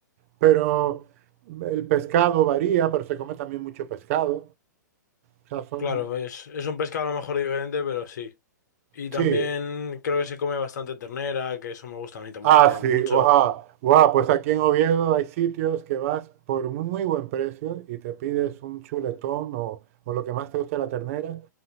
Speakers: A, on the right; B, on the left.
A: Pero el pescado varía, pero se come también mucho pescado. O sea, son...
B: Claro, es, es un pescado a lo mejor diferente, pero sí. Y también
A: Sí,
B: creo que se come bastante ternera, que eso me gusta a mí también
A: Ah, sí,
B: mucho.
A: wow, wow, pues aquí en Oviedo hay sitios que vas por un muy buen precio y te pides un chuletón o, o lo que más te guste de la ternera